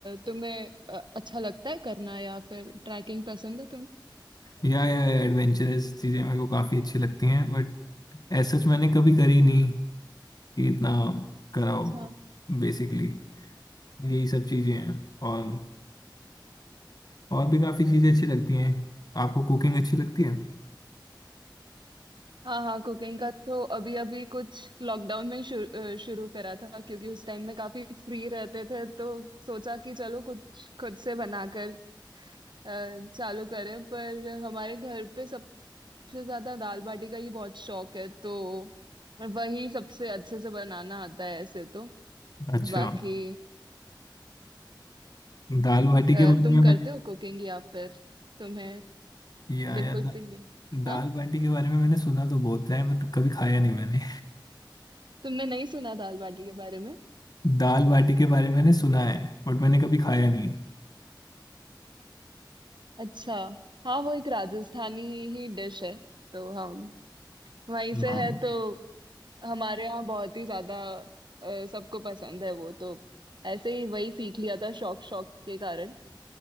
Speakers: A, on the right (about 70°); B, on the left (about 55°).
A: तुम्हें अ, अच्छा लगता है करना या फिर ट्रैकिंग पसंद है
B: या या एडवेंचरस चीज़ें मेरे को काफ़ी अच्छी लगती हैं बट ऐसा सच मैंने कभी करी नहीं कि इतना कराओ
A: तुम्हें
B: बेसिकली यही सब चीजें हैं और और भी काफी चीजें अच्छी लगती हैं आपको कुकिंग अच्छी लगती है
A: हाँ हाँ कुकिंग का तो अभी अभी कुछ लॉकडाउन में ही शुरू अ, शुरू करा था क्योंकि उस टाइम में काफी फ्री रहते थे तो सोचा कि चलो कुछ खुद से बनाकर अ, चालू करें पर हमारे घर पे सबसे ज्यादा दाल बाटी का ही बहुत शौक है तो वही सबसे अच्छे से बनाना आता है ऐसे तो
B: अच्छा
A: बाकी
B: दाल बाटी
A: अ,
B: के बारे
A: तुम
B: में
A: करते
B: मैंने
A: हो कुकिंग या फिर तुम्हें
B: ये आया
A: बिल्कुल
B: दा,
A: भी नहीं है
B: दाल
A: हाँ
B: बाटी के बारे में मैंने सुना तो बहुत है बट कभी खाया नहीं मैंने
A: तुमने नहीं सुना दाल बाटी के बारे में
B: <laughs> दाल बाटी के बारे में मैंने सुना है बट मैंने कभी खाया नहीं
A: अच्छा हाँ वो एक राजस्थानी ही डिश है तो हम वहीं से
B: हाँ
A: है तो हमारे यहाँ बहुत ही ज्यादा अ, सबको पसंद है वो तो ऐसे ही वही सीख लिया था शौक शौक के कारण